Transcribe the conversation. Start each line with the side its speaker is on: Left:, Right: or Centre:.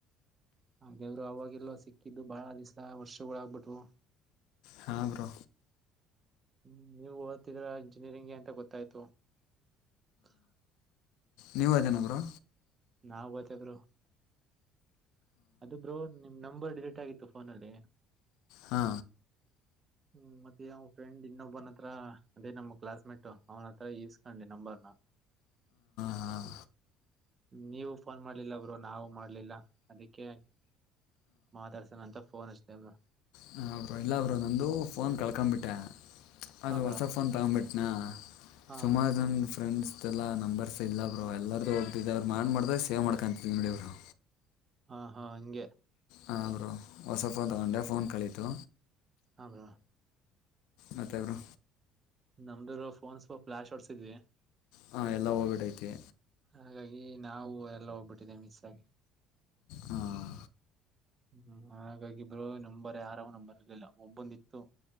Right: ಹಾಗ ದೇವರು ಅವಾಗೆಲ್ಲೋ ಸಿಕ್ಕಿದ್ದು ಬಾಳ ದಿವಸ ವರ್ಷಗಳ ಆಗ್ಬಿಟ್ವು
Left: ಹಾ ಬ್ರೋ
Right: ಹ್ಮ ನೀವು ಓಡತಿದ್ರ ಇಂಜಿನಿಯರಿಂಗ್ಗೆ ಅಂತ ಗೊತ್ತಾಯ್ತು ಕ
Left: ನೀವ ಅದೇನ ಬ್ರೋ
Right: ನಾವ ಅದೇ ಬ್ರೋ ಅದು ಬ್ರೋ ನಿಮ್ ನಂಬರ್ ಡಿಲೀಟ್ ಆಗಿತ್ತು ಫೋನಲ್ಲಿ
Left: ಹಾ
Right: ಹ್ಮ್ ಮತ್ತೆ ಯಾವ್ ಫ್ರೆಂಡ್ ಇನ್ನೊಬ್ಬನ ಹತ್ರ ಅದೇ ನಮ್ಮ್ ಕ್ಲಾಸ್ ಮೇಟ್ ಅವನ ಹತ್ರ ಇಸ್ಕೊಂಡಿ ನಂಬರ್ನ
Left: ಹಾಂ
Right: ನೀವು ಫೋನ್ ಮಾಡ್ಲಿಲ್ಲಬ್ರು ನಾವು ಮಾಡ್ಲಿಲ್ಲ ಅದಕ್ಕೆ ಮಾತಾಡ್ಸನೆ ಅಂತಫೋನ್ ಹಚ್ದೆ
Left: ಹ ಅವರು ಇಲ್ಲಬ್ರು ನಂದು ಫೋನ್ ಕಳ್ಕೊಬಿಟ್ಟೆ ಅದು
Right: ಹಾ ಬ್ರೋ
Left: ಹೊಸ ಫೋನ್ ತಗೊಬಿಟ್ಟನಾ
Right: ಹಾ
Left: ಸುಮಾರುದು ಫ್ರೆಂಡ್ಸ್ ಎಲ್ಲ ನಂಬರ್ಸ್ ಇಲ್ಲ ಅವರು ಎಲ್ಲಾರ್ದೂ ಹೋಗತಿದಿದ್ದೆ ಅವರು ಮಾಡ್ದ್ರ ಸೇವ್ಕೊಂತತಿದ ನಿಡಿ ಅವರು
Right: ಹಾ ಹಾ ಹಂಗೆ
Left: ಹರು ಹೊಸ ಫೋನ್ ತಗೊಂಡೆ ಫೋನ್ ಕಲಿತು
Right: ಹದ
Left: ಮತ್ತೆ ಬ್ರೋ
Right: ನಮ್ದರು ಫೋನ್ ಸ್ ಫ್ಲಾಶ್ ಔಟ್ಸ್ ಇದ್ವಿ
Left: ಹಾಂ ಎಲ್ಲ ಹೋಗ್ಬಿಟ್ಟೈತಿ
Right: ಹಾಗಾಗಿ ನಾವು ಎಲ್ಲ ಹೋಗ್ಬಿಟ್ಟಿದೆ ಮಿಸ್ ಆಗಿ
Left: ಹಾಂ
Right: ಹ್ಮ್ ಹಾಗಾಗಿ ಬ್ರೋ ನಂಬರ್ ಯಾರಗ ನಂಬರ್ ಇರ್ಲಿಲ್ಲ ಒಬ್ಬೊಂದಿತ್ತು